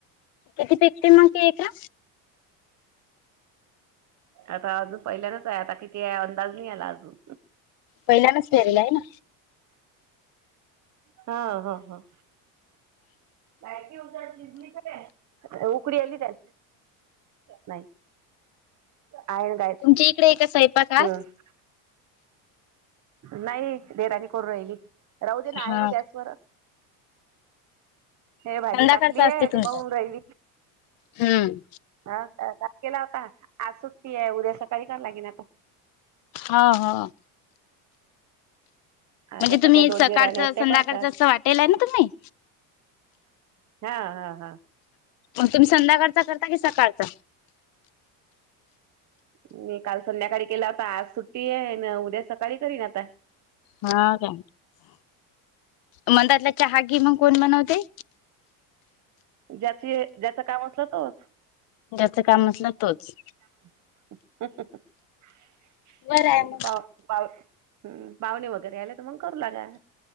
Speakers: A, on the left (about 55°); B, on the right (about 45°).
A: किती पिकते मगी ए येत्या?
B: आता अजून पहिल्यांदच आहे, आता किती अंदाज नाही आला अजून.
A: पहिनच फेरला आहे ना.
B: हा हा हा. लायट उजड शिजली खर, उकडी आली काय? नाही, आहे गायत्री
A: तुमच्या इकडे आहे का सैपाक आज?
B: हम्म. नाही रे राणी करून राहिली राहू दे ना
A: हा
B: आहे ना गॅसवरच. हे भाजी
A: संध्याकाळचा
B: टाकलीय
A: असते तुमचा
B: ती पाहून राहिली.
A: हम्म
B: ह का केला होता आज सुट्टी आहे, उद्या सकाळी करावं लागेन आता.
A: हा हा. म्हणजे
B: आज आता
A: तुम्ही
B: त्या दोन
A: सकाळचं
B: देराण्या आहेत त्या
A: संध्याकाळचं
B: करतात
A: असं वाटेल आहे ना तुम्ही.
B: हा हा हा.
A: मग तुम्ही संध्याकाळचा करता की सकाळचा?
B: मी काल संध्याकाळी केला होता आज सुट्टी आहे ना उद्या सकाळी करीन आता.
A: हा का मंदातला चहागी मग कोण बनवते?
B: ज्याच ज्याच काम असलं तोच.
A: ज्याच काम नसलं तोच.
B: <unintelligible>
A: बरं आहे मग
B: हम्म पाहुणे वगैरे आले तर मग करू लागा.